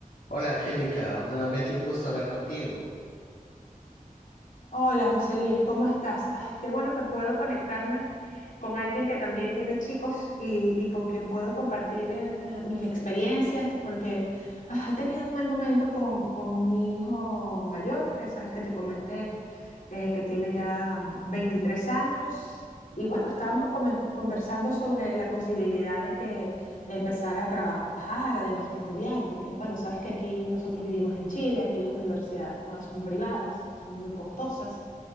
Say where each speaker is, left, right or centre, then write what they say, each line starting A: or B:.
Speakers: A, on the left; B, on the left.
A: Hola Angélica, nuevamente un gusto hablar contigo.
B: Hola José Luis, ¿cómo estás? Ah, qué bueno que puedo conectarme con alguien que también tiene chicos y, y con quien puedo compartir eh, eh, mis experiencias, porque ah, he tenido un mal momento con, con mi hijo mayor, que sabes que te comenté eh, que tiene ya 23 años. Y bueno, estábamos comen- conversando sobre la posibilidad de que empezar a trabajar, además de estudiar, porque bueno, sabes que aquí nosotros vivimos en Chile, aquí las universidades todas son privadas, son muy costosas